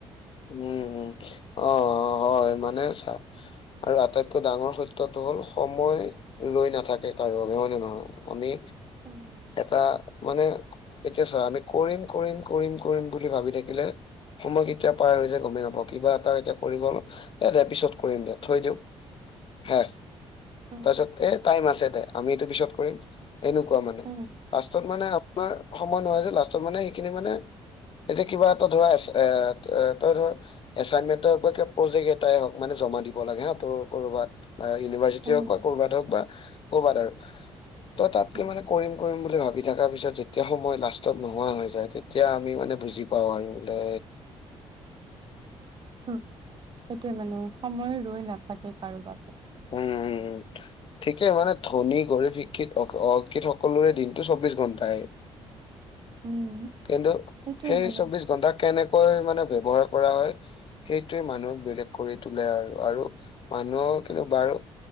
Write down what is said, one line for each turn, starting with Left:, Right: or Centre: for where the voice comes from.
Left: উম উম অ হয় মানে চা আৰু আটাইতকৈ ডাঙৰ ফেক্টৰটো হ'ল সময় লৈ নাথাকে কাৰো বাবোবে হয় ন নহয় আমি
Right: উম
Left: এটা মানে এতিয়া চ আমি কৰিম কৰিম কৰিম কৰিম বুলি ভাবি থাকিলে সময় এতিয়া পাই ৰৈ যে গমেই নাপ কিবা এটা এতিয়া কৰিব এ দে পিছত কৰিম দে থৈ দিক হা
Right: উম
Left: তাৰপিছত এ টাইম আছে দে আমি এইটো পিছত কৰিম এনেকুৱা মানে
Right: উম
Left: লাষ্টতত মানে সময় নহয় যে লাষ্টত মানে সেইখিনি মানে এতিয়া কিবা এটা ধৰা আছে এ এ তই ধৰ এচাইনমেন্ট হ প্ৰজেক্ এটাই হওক মানে জমা দিব লাগে হা তোৰ কৰবাত ইউনিভাৰ্চিটি
Right: উম
Left: হওক বা কৰবাত হওক বা কৰবাত আৰু তই তাতকে
Right: উম
Left: কৰিম কৰিম বুলি আৰু ভাবি থকা পিছত যেতিয়া সময় লাষ্টত নোহোৱা হৈ যায় তেতিয়া আমি মানে বুজি পাওঁ আৰু বোলে
Right: সেইটো মানে সময় ৰৈ নাথাকে কাৰোব
Left: উম উম উম ঠিকেই মানে ধনী গ শিক্ষিত অকিত সকলোৰে দিনটো চৌবিশ ঘন্টাই
Right: উম
Left: কিন্তু
Right: সেইটোৱে
Left: সেই
Right: মানে
Left: চৌবিশ ঘন্টা কেনেকৈ মানে ব্যৱহাৰ কৰা হয় সেইটোৱে মানুহক বেলেগ কৰি তোলে আৰু আৰু মানুহৰ কিন্তু বাৰু